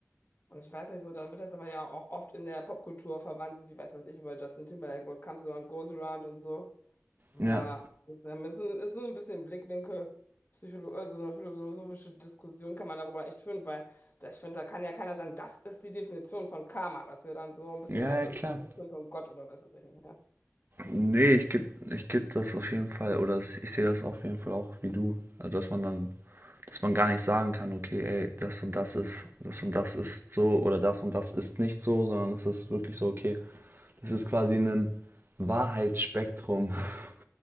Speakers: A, on the left; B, on the right.
A: Und ich weiß nicht so, dann wird das aber ja auch oft in der Popkultur verwandt, so wie, weiß was ich, wie bei Justin Timberlake, What Comes Around Goes Around und so. Ja,
B: ja.
A: das ähm, ist ein, ist so ein bisschen Blickwinkel, Psycholo also eine philosophische Diskussion kann man darüber echt führen, weil da, ich finde, da kann ja keiner sagen, das ist die Definition von Karma, dass wir dann so ein bisschen,
B: Ja,
A: das
B: ja,
A: ist
B: klar.
A: die Definition von Gott oder was weiß ich nicht. ja.
B: Nee, ich geb, ich geb das auf jeden Fall, oder s- ich sehe das auf jeden Fall auch wie du. Also, dass man dann, dass man gar nicht sagen kann, okay, ey, das und das ist, das und das ist so oder das und das ist nicht so, sondern es ist wirklich so, okay, das ist quasi ein Wahrheitsspektrum. <laughs>